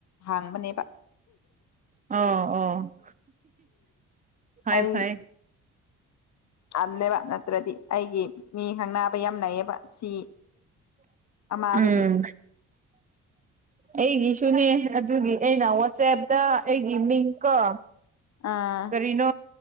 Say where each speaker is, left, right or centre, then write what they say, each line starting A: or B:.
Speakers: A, on the left; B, on the right.
A: ꯍꯥꯡꯕꯅꯦ
B: ꯑꯣ ꯑꯣ ꯐꯥꯏ
A: ꯑꯩ
B: ꯐꯥꯏ
A: ꯇꯜꯂꯦꯕ ꯅꯠꯇ꯭ꯔꯗꯤ ꯑꯩꯒꯤ ꯃꯤ ꯈꯪꯅꯕ ꯌꯥꯝ ꯂꯩꯩꯌꯦꯕ ꯁꯤ ꯑꯃ ꯑꯗꯨꯗꯤ
B: ꯎꯝ ꯑꯩꯒꯤꯁꯨꯅꯦ ꯑꯗꯨꯒꯤ ꯑꯩꯅ ꯋꯥꯆꯦꯞꯇ ꯑꯩꯒꯤ ꯃꯤꯡꯀꯣ
A: ꯑꯥ
B: ꯀꯔꯤꯅꯣ